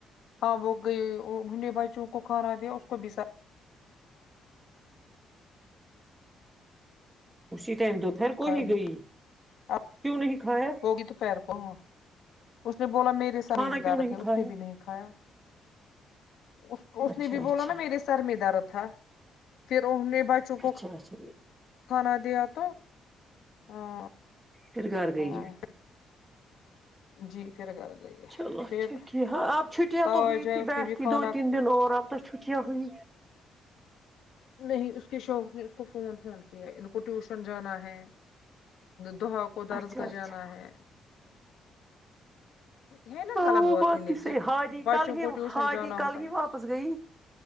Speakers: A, on the left; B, on the right.
A: ہاں وہ گیۓ انوں نے بچوں کو کھانا دیا اس کو بس
B: اسی ٹائم دوپہر
A: سر
B: کو ہی
A: نہیں
B: گئی
A: کھایا اب
B: کیوں نہیں کھایا
A: ہوگی دو پہیر کو ہاں اس نے بولا میرے سامع
B: کھانا
A: بھی
B: کیوں
A: دارد
B: نہیں
A: ہے
B: کھایا
A: اس نے بھی نہیں ایا اس اس
B: اچھا
A: نے بھی
B: اچھا
A: بولا نا میرے سے سر میں درد تھا پھر انہ نے بچوں کو
B: اچھا اچھا
A: کھانا دیا تو ہاں
B: پھر گھر گئیے
A: ہاں جی پھر کر گئی
B: چلو
A: پھر
B: اچھا ٹھ ہاں اب چھٹیاں
A: تاج
B: تو ہوئی
A: ہے
B: تھی
A: اس
B: بیٹھ
A: نے بھی
B: ت
A: کھانا
B: دو تین دن اور آ تو چھٹیاں ہوئی
A: نہیں اس کے شوہر نے اس کو فون فون کیا ہے ان کو ٹیوشن جانا ہے دوہا کو درس
B: اچھا
A: گا
B: اچھا
A: جانا ہے ہے نا
B: ہ
A: غلط
B: وہ بات
A: ہے لیکن
B: بھی صحیح حا جی
A: بچوں
B: کل
A: کو
B: ہی
A: ٹیوشن
B: ہا
A: جانا
B: جی
A: ہوتا
B: کل ہی
A: ہے
B: واپس گئی